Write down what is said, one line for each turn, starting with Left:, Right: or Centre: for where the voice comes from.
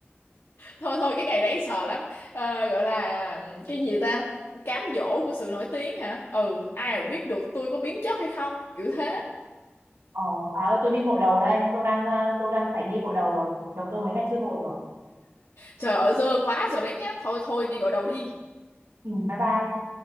Left: thôi thôi cái ngày đấy sợ lắm Ờ, gọi là ừm, cái gì ta cám dỗ của sự nổi tiếng hả ừ ai mà biết được tôi có biến chất hay không kiểu thế
Right: ờ bà ơi tôi đi gội đầu đây tôi đang à, tôi đang phải đi gội đầu rồi đầu tôi mấy ngày chưa gội rồi
Left: trời ơi dơ quá rồi đấy nhá thôi thôi đi gọi đầu đi
Right: ừ, bye bye